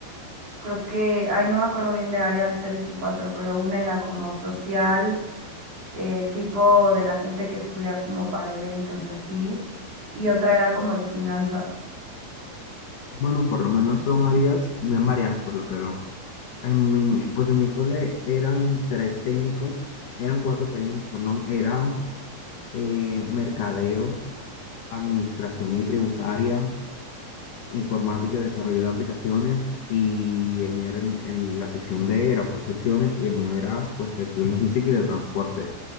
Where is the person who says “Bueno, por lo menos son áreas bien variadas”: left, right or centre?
Left